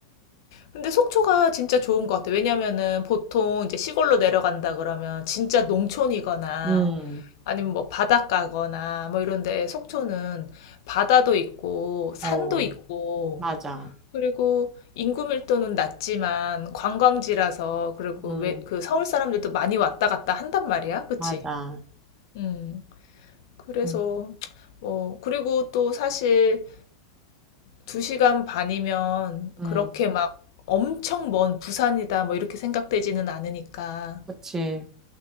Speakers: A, on the left; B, on the right.
A: 근데 속초가 진짜 좋은 것 같아. 왜냐면은 보통 이제 시골로 내려간다 그러면 진짜 농촌이거나
B: 음,
A: 아니면 뭐 바닷가거나 뭐 이런 데 속초는 바다도 있고 산도
B: 어,
A: 있고
B: 맞아.
A: 그리고 인구 밀도는 낮지만 관광지라서 그리고
B: 음,
A: 왜 그 서울 사람들도 많이 왔다 갔다 한단 말이야. 그치?
B: 맞아.
A: 음. 그래서
B: 그,
A: 뭐 그리고 또 사실 2시간 반이면
B: 음,
A: 그렇게 음. 막 엄청 먼 부산이다 뭐 이렇게 생각되지는 않으니까.
B: 그치.